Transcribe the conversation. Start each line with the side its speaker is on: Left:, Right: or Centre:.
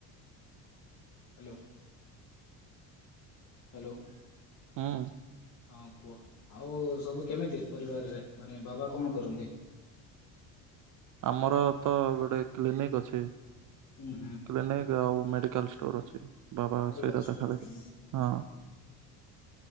Left: ହାଲୋ ହାଲୋ
Right: ହଁ।
Left: ହଁ କୁହ, ଆଉ ସବୁ କେମିତି ପରିବାରରେ, ମାନେ ବାବା କଣ କରନ୍ତି?
Right: ଆମର ତ ଗୋଟେ କ୍ଲିନିକ ଅଛି।
Left: ହୁଁ ହୁଁ।
Right: କ୍ଲିନିକ ମେଡିକାଲ ଷ୍ଟୋର ଅଛି, <unintelligible>
Left: ମେଡିକାଲ ଷ୍ଟୋର ଅଛି।
Right: ହଁ